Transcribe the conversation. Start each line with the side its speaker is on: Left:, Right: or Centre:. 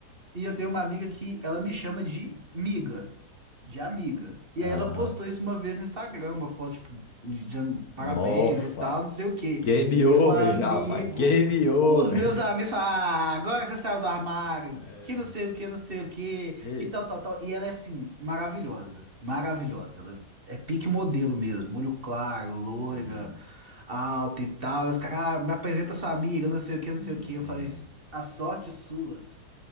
Right: E eu tenho uma amiga que ela me chama de miga, de amiga. E
Left: Aham.
Right: aí ela postou isso uma vez no Instagram, uma foto, tipo, dizendo
Left: Nossa,
Right: parabéns e tal, não sei o quê.
Left: game
Right: Meu
Left: over
Right: amigo.
Left: já, pai. Game over.
Right: Os meus amigos falam, ah, agora você saiu do armário,
Left: É,
Right: que não sei o que, não sei o que,
Left: e-
Right: e tal, tal, tal. E ela é assim, maravilhosa, maravilhosa. Ela é pique modelo mesmo, olho claro, loira,
Left: sim,
Right: alta e tal. E os caras, ah, me apresenta sua amiga, não sei o que,
Left: sim,
Right: não sei o que.
Left: sim.
Right: Eu falei, assim, a sorte suas